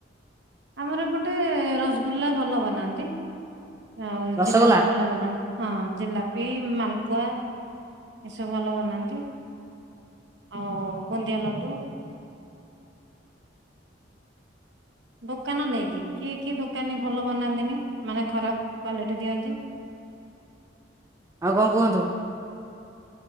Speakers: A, on the right; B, on the right.
A: ଆମର ଏପଟେ ରସଗୁଲା ଭଲ ବନାନ୍ତି ଆଉ
B: ରସଗୋଲା
A: ଜିଲାପି ଭଲ ବନା ହଁ ଜିଲାପି ମାଲପୁଆ ଏ ସବୁ ଭଲ ବନାନ୍ତି। ଆଉ ବୁନ୍ଦିଆ ଲଡୁ। ଦୋକାନ ନେଇକି କିଏ କିଏ ଦୋକାନୀ ଭଲ ବନାନ୍ତିନି ମାନେ ଖରାପ କ୍ଵାଲିଟି ଦିଅନ୍ତି।
B: ଆଉ କଁ କୁହନ୍ତୁ?